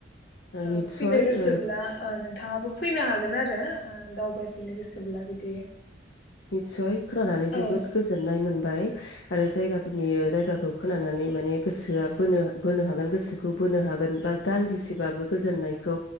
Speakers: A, on the left; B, on the left.
A: ओ
B: निस्सय
A: फैनो गोसोब्ला
B: ओ
A: ओ नोंथाङाबो फैनो हागोन आरो ओ दावबायफिननो गोसोब्ला बिदि
B: निस्सय खोनानानै जोबोद
A: औ
B: गोजोननाय मोनबाय आरो जायगाफोरनि जायगाखौ खोनानानै माने गोसोआ बोनो बोनो हागोन गोसोखौ बोनो हागोन बा दान्दिसेबाबो गोजोननायखौ